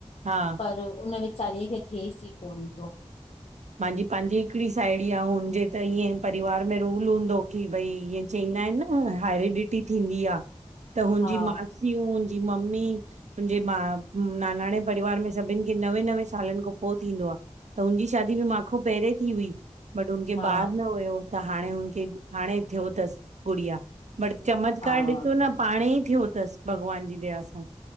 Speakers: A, on the right; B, on the left.
A: हा।
B: पर, उन वीचारीअ खे थिएसि ई कोन तो।
A: माहिंजी, पंहिंजी हिकड़ी साहेड़ी आ हुनजे त ईअं परिवार में रूल हूंदो की भई ईअ चवंदा आहिनि न हैरिडिटी थींदी आ, त हुनजी
B: हा
A: मासियूं, हुनजी मम्मी हुनजे मां, नानाणे परिवार में सभिनि खे नवे नवे सालनि खां पोइ थींदो आ त हुनजी शादी बी माखो पहिरें थी हुई, बट हुनखे
B: हा
A: ॿार न हुयो त, हाणे हुनखे हाणे थियो अथसि, गुड़िया बट चमत्कार
B: हा
A: ॾिसो न पाणे ई थियो अथसि, भॻवान जी दया सां